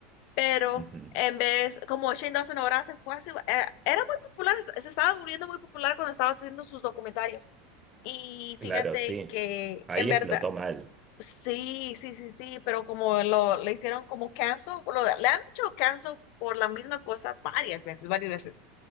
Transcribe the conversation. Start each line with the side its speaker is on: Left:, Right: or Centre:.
Left: pero
Right: Ujú.
Left: en vez, como Shane Dawson ahora se fue así, eh, era muy popular, se se estaba volviendo muy popular cuando estaba haciendo sus documentarios. Y
Right: Claro,
Left: fíjate
Right: sí.
Left: que
Right: Ahí
Left: en verdad,
Right: explotó mal.
Left: sí, sí, sí, sí, pero como lo le hicieron como cancel, lo- le han hecho cancel por la misma cosa varias veces, varias veces.